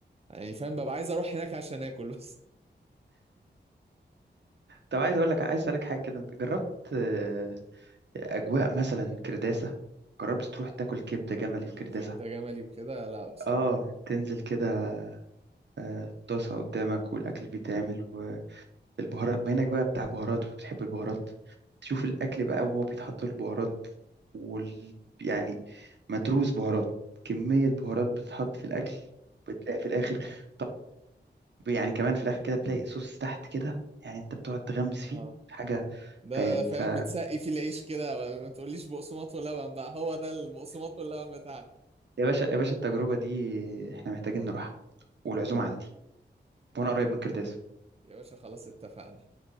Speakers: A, on the right; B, on the right.
A: يعني فاهم ببقى عايز اروح هناك عشان اكل بس
B: طب عايز اقول لك عايز اسالك حاجه كده انت جربت آه، اجواء مثلا كرداسه جربت تروح تاكل كبده جملي
A: <laughs>
B: في كرداسه
A: كبدة جملي وكده لا بصراحة
B: اه تنزل كده آه، طاسه قدامك والاكل بيتعمل والبهارات ما هناك بقى بتاع بهارات وبتحب البهارات تشوف الاكل بقى وهو بيتحط له البهارات وال... يعني متروس بهارات كميه بهارات بتتحط في الاكل
A: مم.
B: بتلاقي في الاخر يعني كمان في الاخر كده بتلاقي صوص تحت كده يعني انت بتقعد تغمس
A: اه
B: فيه حاجه
A: ده
B: خيال
A: ده فاهم
B: ف <laughs>
A: بتسقي فيه العيش كده ما تقوليش بقسماط ولبن بقى هو ده البقسماط واللبن بتاعنا
B: يا باشا يا باشا التجربه دي احنا محتاجين نروحها والعزومه عندي
A: يا
B: وانا
A: باشا
B: قريب من كرداس
A: يا باشا خلاص اتفقنا